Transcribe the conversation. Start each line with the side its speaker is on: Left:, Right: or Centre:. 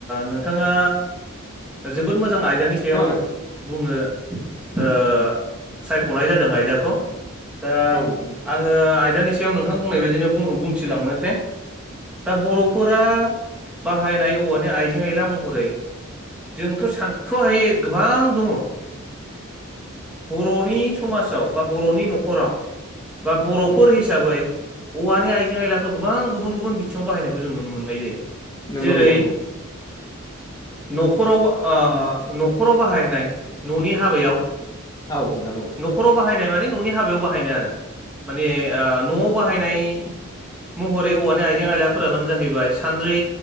Centre: नोंथांङा जोबोद मोजां आयदानि सायाव
Left: खोनादोंना
Centre: बुंनो ओ सायख'नाय जादों आयदाखौ। दा
Left: औ नोंथां
Centre: आङो आयदानि सायाव नोंथां बुंनाय बायदिनो बुंथिलांनोसै। दा बर'फोरा बाहायनाय औवानि आइजें आयला महरै जोंथ' सानथ्र'हायै गोबां दंङ। बर'नि समाजाव बा बर'नि न'खराव। बा बर'फोर
Left: नोंथां औ
Centre: हिसाबै औवानि आय जें आइलाखौ गोबां गुबुन गुबुन बिथिङाव बाहायनायखौ जों नुनो मोननाय जायो
Left: नंगौ
Centre: जेरै
Left: नोंथां <inaudible>
Centre: न'खराव बा आ न'खराव बाहायनाय न'नि हाबायाव
Left: औ नोंथां औ।
Centre: न'खराव बाहायनाय माने न'नि हाबायाव बाहायनाय आरो माने ओ न'आव बाहायनाय महरै औवानि आइजें आइलाफोराबानो जाहैबाय सान्द्रि,